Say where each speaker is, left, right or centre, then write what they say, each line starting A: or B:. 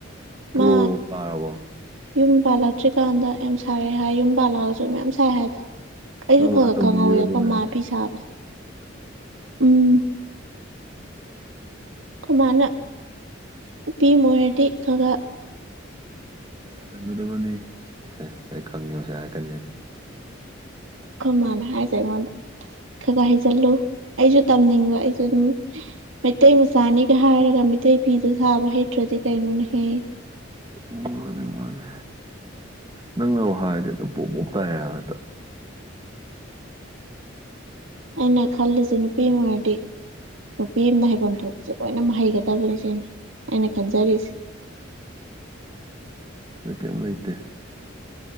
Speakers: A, on the right; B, on the right.
A: ꯄ꯭ꯔꯣ
B: ꯃꯥ
A: ꯀꯥꯔꯕꯣ
B: ꯌꯨꯝ ꯄꯥꯜꯂꯛꯇ꯭ꯔꯤꯀꯥꯟꯗ ꯌꯥꯝ ꯁꯥꯏꯑꯦ ꯍꯥꯏ ꯌꯨꯝ ꯄꯥꯜꯂꯛꯑꯁꯨ ꯃꯌꯥꯝ ꯁꯥꯏ ꯍꯥꯏꯗ ꯑꯩꯁꯨ
A: ꯅꯣꯏ
B: ꯈ
A: ꯃꯥꯅ
B: ꯈ
A: ꯇꯝꯕꯤꯔꯕ
B: ꯈꯪꯍꯧꯋꯦ ꯈꯣꯏ
A: ꯅꯪꯁꯦ
B: ꯃꯥ ꯐꯤ ꯁꯥꯕꯁꯦ ꯎꯝ ꯈꯨꯃꯥꯅ ꯅꯨꯄꯤ ꯃꯣꯏꯔꯗꯤ ꯈꯒ
A: ꯍꯩꯖꯟꯒꯗꯕꯅꯤ ꯑꯩ ꯑꯩ ꯈꯪꯉꯦꯕ ꯑꯁꯤ ꯍꯥꯏꯔꯛꯀꯅꯦꯖꯦ
B: ꯈꯣꯃꯥꯅ ꯍꯥꯏꯁꯦ ꯑꯩꯉꯣꯟꯗ ꯈꯒ ꯍꯩꯖꯜꯂꯨ ꯑꯩꯖꯨ ꯇꯝꯅꯤꯡꯕ ꯑꯩꯖꯨ ꯑꯗꯨꯝ ꯃꯩꯇꯩ ꯃꯆꯥꯅꯤꯒ ꯍꯥꯏꯔꯒ ꯃꯤꯠ ꯇꯩ ꯐꯤꯗꫭ ꯁꯥꯕ ꯍꯩꯇ꯭ꯔꯗꯤ ꯀꯩꯅꯣꯅꯦꯍꯦ
A: ꯎꯝ ꯃꯥꯅꯤ ꯃꯥꯅꯤ ꯅꯪꯅꯕꯨ ꯍꯥꯏꯔꯗꯤ ꯑꯗꯨꯝ ꯄꯣꯞ ꯄꫭꯞ ꯇꯥꯏꯕ ꯍꯦꯛꯇ
B: ꯑꯩꯅ ꯈꯜꯂꯤꯁꯦ ꯅꯨꯄꯤꯝ ꯑꯣꯏꯔꯗꯤ ꯅꯨꯄꯤ ꯑꯝꯅ ꯍꯩꯕꯝ ꯊꯣꯛꯄꯖ ꯂꯣꯏꯅꯃꯛ ꯍꯩꯒꯗꯝꯅꯦ ꯁꯤꯅꯤ ꯑꯩꯅ ꯈꯟꯖꯔꯤ
A: ꯑꯩ ꯀꯩꯝ ꯂꯩꯇꯦ